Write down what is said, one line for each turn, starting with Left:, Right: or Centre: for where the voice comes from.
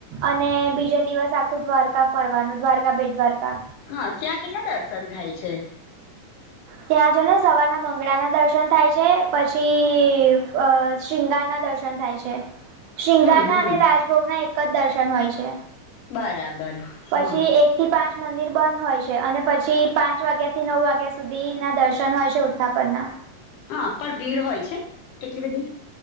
Right: અને બીજે દિવસ આખું દ્વારકા ફરવાનું દ્વારકા બેટ દ્વારકા.
Left: હા ત્યાં કેટલા દર્શન થાય છે.
Right: ત્યાં જો ને સવારના મંગળા ના દર્શન થાય છે પછી અ શિંગાર ના દર્શ ર્શન થાય છે શિંગારના
Left: હમ હમ
Right: અને રાજભોગના એક જ દર્શન હોય છે.
Left: બરાબર.
Right: પછી
Left: હા
Right: એક થી પાંચ મંદિર બંધ હોય છે અને પછી પાંચ વાગ્યાથી નવ વાગ્યા સુધી ના દર્શન હોય છે ઉથા પરના.
Left: હા પણ ભીડ હોય છે કેટલી બધી.